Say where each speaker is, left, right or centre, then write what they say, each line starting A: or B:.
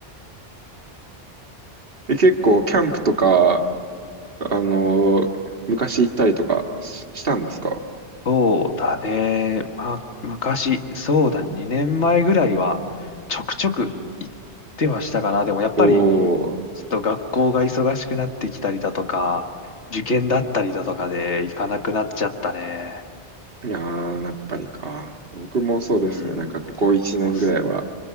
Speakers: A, on the right; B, on the left.
A: で、結構、キャンプとか、あの、昔行ったりとかししたんですか
B: そうだね。まあ、昔、そうだね、2年前ぐらいは、ちょくちょく行ってはしたかな。でもやっぱり、
A: おー、
B: ちょっと学校が忙しくなってきたりだとか、受験だったりだとかで行かなくなっちゃったね。
A: いやー、やっぱりか。僕もそうですね、
B: うん。
A: なんかここ1年ぐらいは、
B: でも、そ